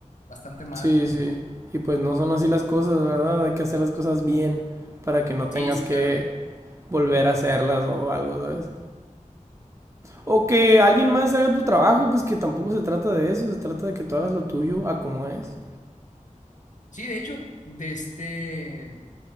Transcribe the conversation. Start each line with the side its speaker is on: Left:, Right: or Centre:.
Left: Bastante mal.
Right: Sí,
Left: ¿eh?
Right: sí. Y pues no son así las cosas, ¿verdad? Hay que hacer las cosas bien para que no tengas
Left: Sí, sí,
Right: que
Left: claro.
Right: volver a hacerlas o algo, ¿sabes? O que alguien más haga tu trabajo, pues que tampoco se trata de eso, se trata de que tú hagas lo tuyo a como es.
Left: Sí, de hecho, de este.